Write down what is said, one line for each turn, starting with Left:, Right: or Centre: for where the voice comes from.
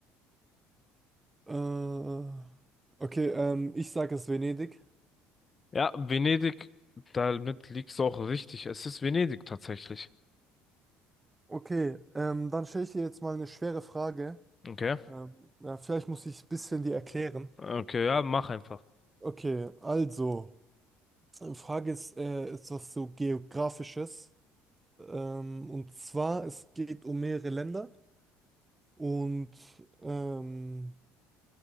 Right: äh, okay, ähm, ich sage es Venedig.
Left: Ja, Venedig, damit liegt's auch richtig. Es ist Venedig tatsächlich.
Right: Okay, ähm, dann stelle ich dir jetzt mal eine schwere Frage.
Left: Okay.
Right: Ähm, ja, vielleicht muss ich ein bisschen die erklären.
Left: Okay, ja, mach einfach.
Right: Okay, also, Frage ist, äh, ist was so Geografisches. Ähm, und zwar, es geht um mehrere Länder und ähm,